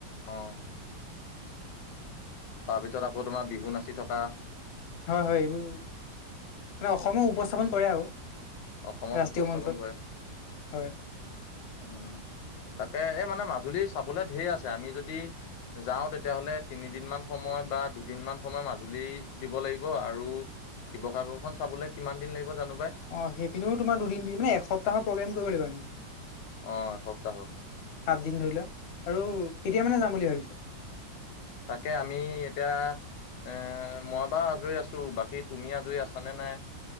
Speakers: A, on the left (about 80°); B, on the left (about 60°).
A: অ তাৰপিছত আকৌ তোমাৰ বিহু নাচি থকা
B: হয় হয় এইবোৰ মানে অসমো উপস্থাপন কৰে আৰু।
A: অসমক
B: ৰাষ্ট্ৰীয়
A: উপস্থাপন
B: মঞ্চত
A: কৰে
B: হয়।
A: উম তাকে এ মানে মাজুলী চাবলে ধেৰ আছে, আমি যদি যাওঁ তেতিয়াহলে তিনিদিনমান সময় বা দুদিনমান সময় মাজুলী দিব লাগিব আৰু শিৱসাগৰখন চাবলে কিমান দিন লাগিব জানো পাই
B: অঁ সেইপিনিও তোমাৰ দুদিন তিনি মানে এসপ্তাহৰ প্ৰগ্ৰেম কৰিব লাগিব আমি।
A: অঁ এসপ্তাহৰ।
B: সাত দিন ধৰি লোৱা আৰু কেতিয়া মানে যাম বুলি ভাবিছা?
A: তাকে আমি এতিয়া এ মই বাৰু আজৰি আছো বাক কি তুমি আজৰি আছা নে নাই?